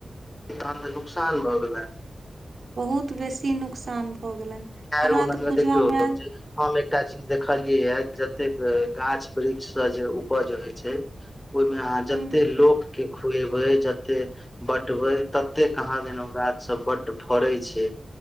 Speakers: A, on the left; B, on the right.
A: तहन त नुकसान भ गेलैन
B: बहुत बेसी नुकसान भऽ गेलनि
A: हर
B: हमरा
A: ओना
B: तऽ
A: तरा
B: पूजबा
A: देखियौ।
B: मे आयल
A: हम एकटा चीज देखलियै ये जतेक गाछ वृक्ष से जे उपज होइ छै ओहिमे अहाँ जतेक
B: हूँ
A: लोकके खुएबै जते बटबै तते कहांदन ओ गाछ सब बड फड़ै छै